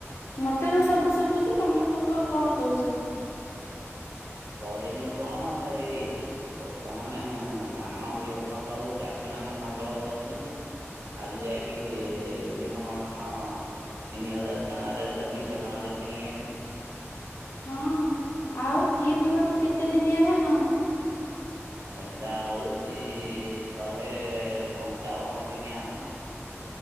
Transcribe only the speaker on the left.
ମତେ ତ ସବୁ ଶୁଭୁଚି ତମେ କୁହ କଣ କହୁଚ।
ହଁ ଆଉ କି ବିହନ କେତେ ଦିନିଆ ଧାନ।